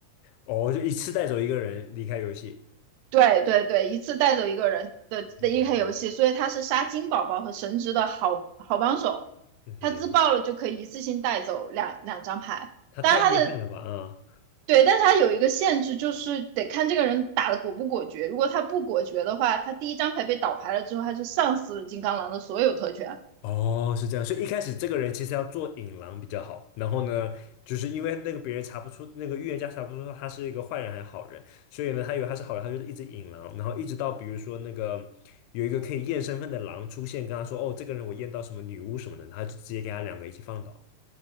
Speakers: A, on the left (about 80°); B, on the right (about 85°).
A: 哦，就一次带走一个人离开游戏。
B: 对对对，一次带走一个人的的一开游戏，
A: 嗯
B: 所以他是杀金宝宝和神职的好好帮手。
A: 嗯哼，
B: 他自爆了就可以一次性带走两两张牌，
A: 他太厉害了吧？
B: 当然他的
A: 啊、
B: 对，但是他有一个限制，就是得看这个人打的果不果决。如果他不果决的话，他第一张牌被倒牌了之后，他就丧失了金刚狼的所有特权。
A: 哦，是这样，所以一开始这个人其实要做引狼比较好，然后呢，就是因为那个别人查不出，那个预言家查不出他是一个坏人还是好人，所以呢，他以为他是好人，他就是一直引狼，然后一直到比如说那个有一个可以验身份的狼出现，跟他说，哦，这个人我验到什么女巫什么的，他就直接给他两个一起放倒。